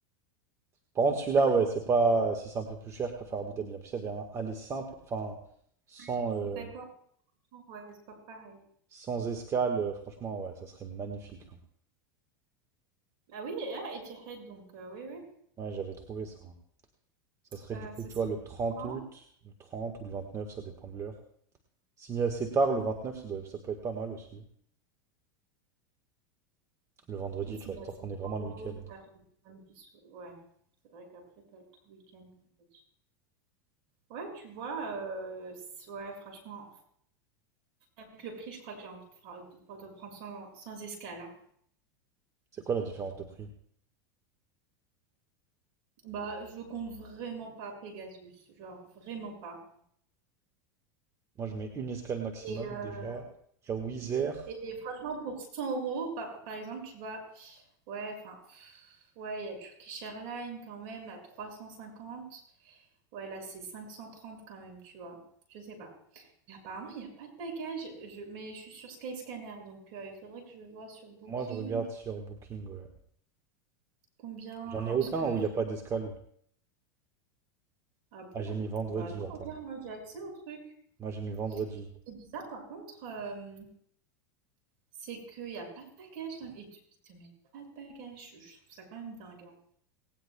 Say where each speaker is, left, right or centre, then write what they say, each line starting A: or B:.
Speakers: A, on the right (about 30°); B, on the right (about 55°).
A: Par contre, celui-là, ouais, c'est pas. Si c'est un peu plus cher, je préfère Abu Dhabi. En plus, il y avait un aller simple, enfin, sans,
B: Je
A: euh,
B: suis d'accord pour tout, ouais, c'est pas pareil.
A: sans escale. euh, franchement, ouais, ça serait magnifique. hein.
B: Ah oui, et ah, Etihad donc euh, oui oui.
A: Ouais, j'avais trouvé ça. hein. Ça serait
B: Euh,
A: du coup,
B: ce
A: tu
B: serait
A: vois, le
B: pour
A: 30
B: quand?
A: août, le 30 ou le 29, ça dépend de l'heure. S'il y a assez tard, le 29, ça doit- ça peut être pas mal aussi. Le vendredi,
B: Priscilla,
A: tu vois, histoire
B: c'est
A: qu'on ait vraiment
B: tôt,
A: le week-end.
B: t'arrives samedi soir. Ouais. C'est vrai qu'après t'as le tout week-end comme ça. Ouais, tu vois, euh, c- ouais, franchement, avec le prix, je crois que j'ai envie de, fra- de- de prendre sans, sans escale. hein.
A: C'est quoi la différence de prix?
B: Bah, je compte vraiment pas Pegasus, genre vraiment pas.
A: Moi, je mets une escale maximum
B: Et, euh,
A: déjà. Il y a Wizz Air.
B: et franchement, pour 100 euros, par, par exemple, tu vois, ouais, enfin, pff, ouais, il y a Turkish Airlines quand même à 350. Ouais, là, c'est 530 quand même, tu vois. Je sais pas. Mais apparemment, il n'y a pas de bagages, je, mais je suis sur Skyscanner, donc euh, il faudrait que je vois sur Booking.
A: Moi, je regarde sur Booking, ouais.
B: Combien?
A: J'en ai
B: Parce
A: aucun
B: que
A: où il n'y a pas d'escale.
B: ah bon?
A: Ah, j'ai mis vendredi,
B: Bah non,
A: attends.
B: regarde, moi j'ai accès au truc.
A: Moi, j'ai mis vendredi.
B: Et ce bizarre par contre, euh, c'est qu'il n'y a pas de bagages. dingue. Et tu- ils te mettent pas de bagages. Je trouve ça quand même dingue. hein.